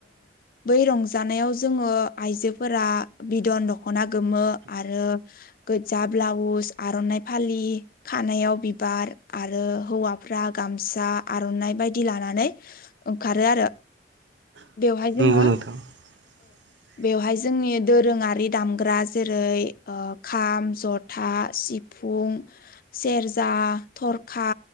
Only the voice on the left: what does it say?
बै रंजानायाव जोंङो आइजो बिदन दखना गोमो आरो गोजा ब्लाउस आर'नाय फालि खानायाव बिबार आरो हौवाफ्रा गामसा आर'नाइ बायदि लानानै ओंखारो आरो बेवहाय जोंङो
बेवहाय जोंनि दोरोंङारि दामग्रा जेरै खाम जथा सिफुं सिफुं सेरजा थरखा